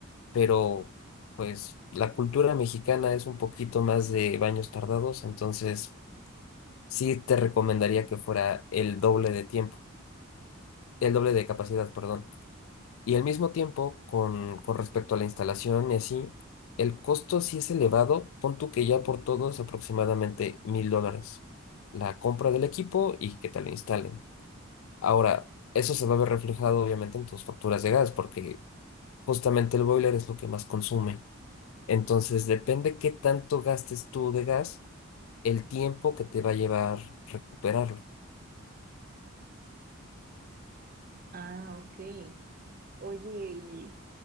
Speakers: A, on the left; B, on the right.
A: Pero, pues, la cultura mexicana es un poquito más de baños tardados, entonces sí te recomendaría que fuera el doble de tiempo, el doble de capacidad, perdón. Y al mismo tiempo, con, con respecto a la instalación y así, el costo sí es elevado, pon tú que ya por todo es aproximadamente mil dólares. La compra del equipo y que te lo instalen. Ahora, eso se va a ver reflejado obviamente en tus facturas de gas, porque justamente el boiler es lo que más consume. Entonces, depende qué tanto gastes tú de gas, el tiempo que te va a llevar recuperarlo.
B: Ah, ok. Oye, y